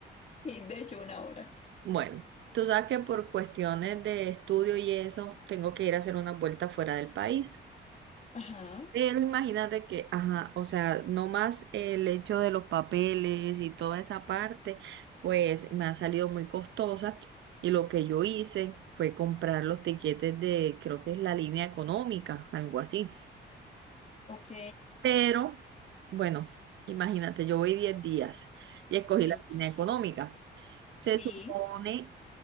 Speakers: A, on the left; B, on the right.
A: y de hecho una hora.
B: Bueno, tú sabes que por cuestiones de estudio y eso, tengo que ir a hacer una vuelta fuera del país.
A: Ajá,
B: Pero imagínate que, ajá, o sea, no más el hecho de los papeles y toda esa parte, pues me ha salido muy costosa y lo que yo hice fue comprar los tiquetes de, creo que es la línea económica, algo así.
A: ok,
B: Pero, bueno, imagínate, yo voy 10 días y escogí
A: Sí,
B: la línea económica. Se
A: sí.
B: supone